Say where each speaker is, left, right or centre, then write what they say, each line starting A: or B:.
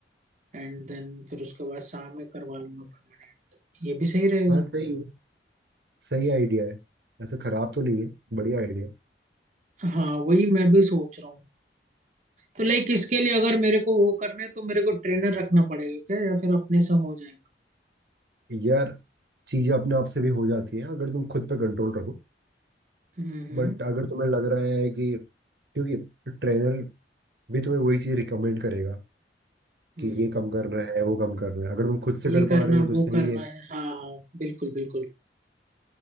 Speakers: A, on the right (about 45°); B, on the right (about 70°).
A: एंड देन फिर उसके बाद शाम में करवा लूंगा परमानेंट ये भी सही रहेगा
B: हाँ सही है सही आइडिया है ऐसा खराब तो नहीं है बढ़िया आइडिया
A: हाँ वही मैं भी सोच रहा हूँ तो लाइक इसके लिए अगर मेरे को वो करना है तो मेरे को ट्रेनर रखना पड़ेगा क्या या फिर अपने से हो जाएगा
B: यार चीजें अपने आप से भी हो जाती हैं अगर तुम खुद पे कंट्रोल रखो
A: हम्म हम्म
B: बट अगर तुम्हें लग रहा है कि क्योंकि ट्रेनर भी तुम्हें वही चीज रिकमेंड करेगा
A: हम्म।
B: कि ये कम करना है वो कम करना है अगर तुम खुद से
A: ये
B: कर पा
A: करना
B: रहे हो तो
A: वो
B: सही
A: करना
B: है
A: है हाँ हाँ बिल्कुल बिल्कुल